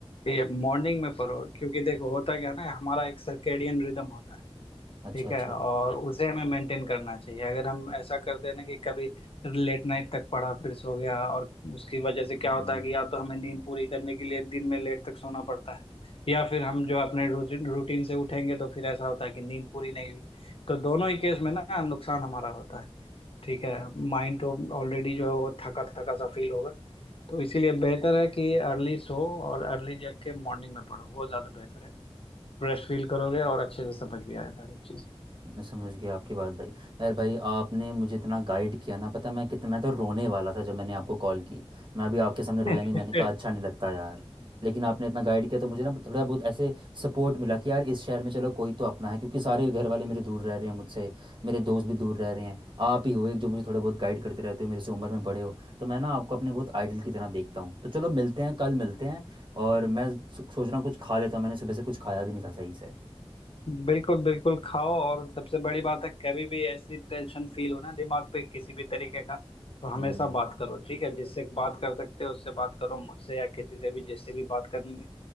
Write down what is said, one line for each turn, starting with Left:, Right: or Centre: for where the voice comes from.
Left: ये मॉर्निंग में पढ़ो क्योंकि देखो होता क्या है ना हमारा एक सर्केडियन रिदम होता है
Right: अच्छा
Left: ठीक
Right: अच्छा
Left: है और उसे हमें मेंटेन करना चाहिए अगर हम ऐसा करते हैं ना कि कभी लेट नाइट तक पढ़ा फिर सो गया और उसकी वजह से क्या
Right: हम्म,
Left: होता है कि या तो हमें नींद पूरी करने के लिए दिन में लेट तक सोना पड़ता है या फिर हम जो अपने रूटीन रूटीन से उठेंगे तो फिर ऐसा होता है कि नींद पूरी नहीं हुई तो दोनों ही केस में ना नुकसान हमारा होता है ठीक है माइंड तो ऑलरेडी जो है वो थका थका सा फील होगा तो इसीलिए बेहतर है कि अर्ली सो और अर्ली जग के मॉर्निंग में पढ़ो वो ज़्यादा बेहतर है फ्रेश फील करोगे और अच्छे से समझ भी आएगा हर एक चीज़
Right: मैं समझ गया आपकी बात भाई यार भाई आपने मुझे इतना गाइड किया ना पता मैं कितना मैं तो रोने वाला था जब मैंने आपको कॉल की मैं अभी आपके सामने रोया
Left: <laughs>
Right: नहीं मैंने कहा अच्छा नहीं लगता यार लेकिन आपने इतना गाइड किया तो मुझे ना थोड़ा बहुत ऐसे सपोर्ट मिला कि यार इस शहर में चलो कोई तो अपना है क्योंकि सारे घर वाले मेरे दूर रह रहे हैं मुझसे मेरे दोस्त भी दूर रह रहे हैं आप ही हो एक जो मुझे थोड़े बहुत गाइड करते रहते हो मेरे से उम्र में बड़े हो तो मैं ना आपको अपने बहुत आइडल की तरह देखता हूँ तो चलो मिलते हैं कल मिलते हैं और मैं सो- सोच रहा हूँ कुछ खा लेता हूँ मैंने सुबह से कुछ खाया भी नहीं था सही से
Left: बिल्कुल बिल्कुल खाओ और सबसे बड़ी बात है कभी भी ऐसी टेंशन फील हो ना दिमाग पे किसी भी तरीके का तो हमेशा
Right: हम्म
Left: बात करो ठीक है जिससे बात कर सकते हो उससे बात करो मुझसे या किसी से भी जिससे भी बात करनी